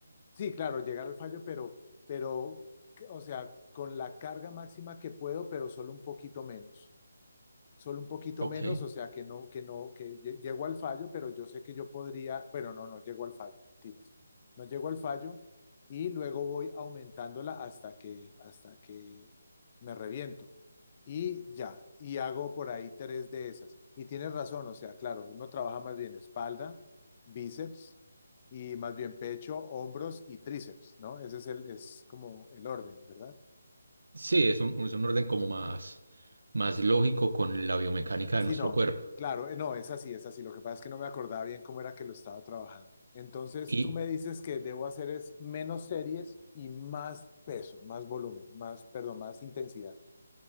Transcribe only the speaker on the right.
<laughs>
Ok.
Sí, es un, es un orden como más, más lógico con la biomecánica de
nuestro
cuerpo.
Y